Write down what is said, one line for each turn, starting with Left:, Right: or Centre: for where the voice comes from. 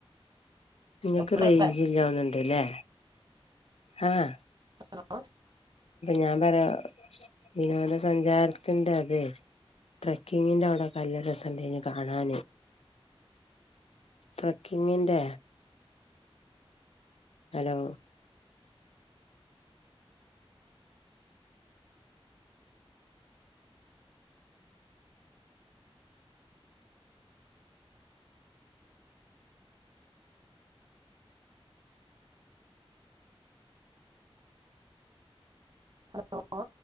Left: നിങ്ങക്ക്
Right: എവിടെ
Left: റേഞ്ച് ഇല്ലാവുന്നുണ്ട്ല്ലേ? ആഹ
Right: ഹലോ
Left: ഞാൻ പറയാ വിനോദ സഞ്ചാരത്തിന്റെ അതെ? ട്രക്കിങ്ങിന്റെ അവിടെ കല്ല രസംണ്ട് കാണാനാന്. ട്രക്കിങ്ങിന്റെ ഹലോ
Right: ഹലോ?